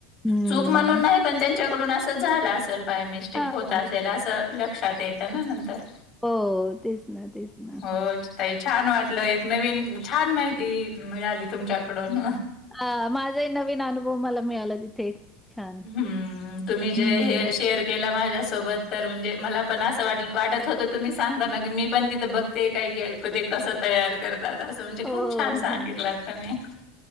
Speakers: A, in the centre; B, on the left (about 40°).
A: हम्म.
B: चूक म्हणून नाही पण त्यांच्याकडून असं झालं अस तर बाय मिस्टेक
A: हां,
B: होत
A: हां.
B: असेल असं लक्षात येतं ना नंतर
A: हो, तेच ना, तेच ना.
B: हो ताई छान वाटलं एक नवीन छान माहिती मिळाली तुमच्याकडून
A: ह माझा ही नवीन अनुभव मला मिळाला तिथे. छान.
B: हम्म तुम्ही
A: हं.
B: जे हे शेअर केलं माझ्यासोबत तर म्हणजे मला पण असं वाट वाटत होतं तुम्ही सांगता ना की मी पण तिथं बघते काय घेईल. ते कसं तयार करतात असं म्हणजे
A: हो,
B: खूप छान सांगितल
A: हो.
B: तुम्ही.